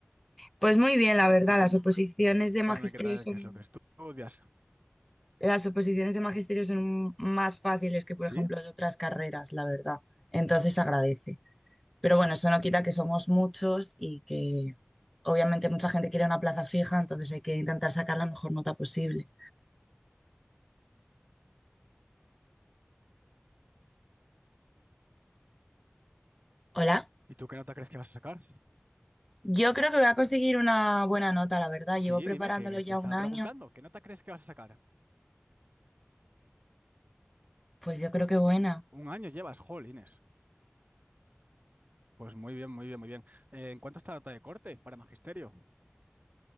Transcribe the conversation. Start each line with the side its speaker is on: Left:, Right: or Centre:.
Centre: Pues muy bien,
Right: ¿Cómo,
Centre: la verdad,
Right: cuéntame
Centre: las oposiciones de magisterio
Right: qué tal,
Centre: son,
Right: qué es lo que estudias?
Centre: las oposiciones de magisterio son más fáciles que, por
Right: ¿Sí?
Centre: ejemplo, de otras carreras, la verdad. Entonces agradece. Pero bueno, eso no quita que somos muchos y que obviamente mucha gente quiere una plaza fija, entonces hay que intentar sacar la mejor nota posible. Hola,
Right: ¿Y tú qué nota crees que vas a sacar?
Centre: yo creo que voy a conseguir una buena nota, la verdad.
Right: Sí,
Centre: Llevo preparándolo
Right: dime, que, que
Centre: ya
Right: te estaba
Centre: un año,
Right: preguntando, ¿qué nota crees que vas a sacar?
Centre: pues yo creo que buena.
Right: Un año llevas, jolines. Pues muy bien, muy bien, muy bien. Eh, ¿en cuánto está la nota de corte para magisterio?